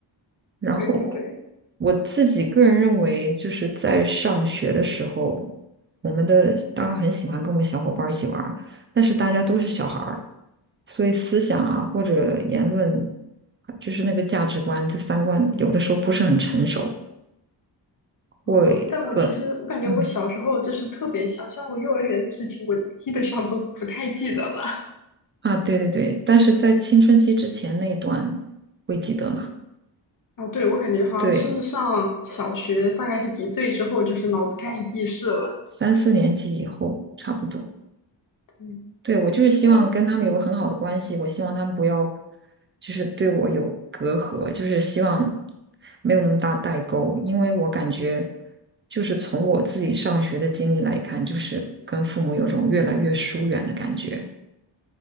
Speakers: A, on the right; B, on the left.
A: 然后
B: 对对对，
A: 我自己个人认为，就是在上学的时候，我们的当然很喜欢跟我们小伙伴儿一起玩儿，但是大家都是小孩儿，所以思想啊或者言论，就是那个价值观、这三观，有的时候不是很成熟，会很
B: 啊，但我其实我感觉我小时候就是特别小，
A: 嗯
B: 像我幼儿园的事情，我基本上都不太记得了。
A: 啊，对对对，但是在青春期之前那一段会记得嘛？
B: <laughs> 哦，对，我感觉好像是上小学，
A: 对，
B: 大概是几岁之后，就是脑子开始记事了。
A: 三四年级以后差不多。
B: 对，
A: 对，我就是希望跟他们有个很好的关系，
B: 但我
A: 我希望他们不要就是对我有隔阂，就是希望没有那么大代沟，因为我感觉就是从我自己上学的经历来看，就是跟父母有种越来越疏远的感觉。